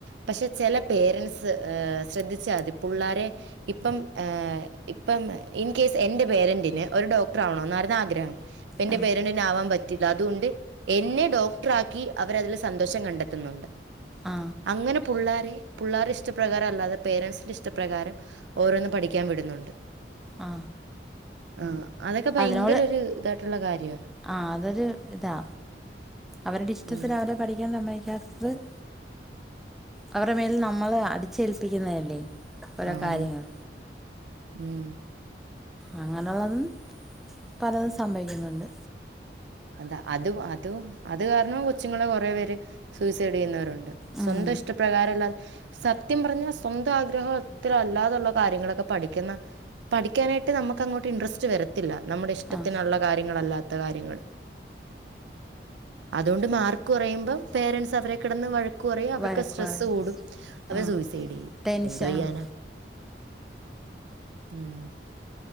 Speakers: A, on the right; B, in the centre.
A: പക്ഷെ ചില പേരൻസ് ഏ ശ്രദ്ധിച്ചാതി പുള്ളാരെ ഇപ്പം ഏ ഇപ്പം ഇൻകേസ് എന്റെ പേരൻറിന് ഒരു ഡോക്ടർ ആവണോ എന്നായിരുന്നു ആഗ്രഹം ഇപ്പ എന്റെ
B: ആ
A: പേരന്റിന് ആവാൻ പറ്റില്ല അതുകൊണ്ട് എന്നെ ഡോക്ടർ ആക്കി അവര് അതിൽ സന്തോഷം കണ്ടെത്തുന്നുണ്ട്.
B: ആ
A: അങ്ങനെ പുള്ളാരെ പുള്ളാരുടെ ഇഷ്ടപ്രകാരം അല്ലാതെ പേരന്സിന്റെ ഇഷ്ടപ്രകാരം ഓരോന്നും പഠിക്കാവിടുന്നുണ്ട്.
B: ആ
A: ആഹ് അതൊക്കെ ഭയങ്കര
B: അതിനോട്
A: ഒരു ഇതായിട്ടുള്ള കാര്യ
B: ആ അതൊരു ഇതാ അവരുടെ ഇഷ്ടത്തിൽ
A: ഉം
B: അവരെ പഠിക്കാൻ സമ്മ <unintelligible> അവരെ മേൽ നമ്മള് അടിച്ചേൽപ്പിക്കുന്നതല്ലേ. ഓരോ
A: ആണ്
B: കാര്യങ്ങൾ
A: ഉം
B: അങ്ങനെയുള്ളതും പലതും സംഭവിക്കുന്നുണ്ട്.
A: എന്താ അത് അതും അത് കാരണം കൊച്ചുങ്ങളെ കുറെ പേരെ സൂയിസൈഡ് ചെയ്യുന്നവരുണ്ട്, സ്വന്തം
B: ഉം
A: ഇഷ്ടപ്രകാരം അല്ലാതെ സത്യം പറഞ്ഞാൽ സ്വന്തം ആഗ്രഹത്തെ അല്ലാതുള്ള കാര്യങ്ങളൊക്കെ പഠിക്കുന്നു പഠിക്കാനായിട്ട് നമുക്ക് അങ്ങോട്ട് ഇന്റെരെസ്റ്റ്‌ വരത്തില്ല. നമ്മുടെ ഇഷ്ടത്തിനുള്ള
B: ആഹ്
A: കാര്യങ്ങളല്ലാ ത്ത കാര്യങ്ങൾ അതുകൊണ്ട്
B: ആഹ്
A: മാർക്ക് കുറയുമ്പോ പേരൻസ് അവരെ കിടന്ന് വഴ കുറെ അവർക്ക്
B: വഴക്ക്
A: സ്ട്രെസ്സ്
B: പറയും നമ്മുടെ
A: കൂടും അവരെ
B: കൂടും. വഴക്ക് പറയും. ആഹ്
A: സൂയിസൈഡ് ചെയ്യും
B: ടെൻഷൻ
A: എന്തോ ചെയ്യാനാ.
B: ആഹ്
A: ഉം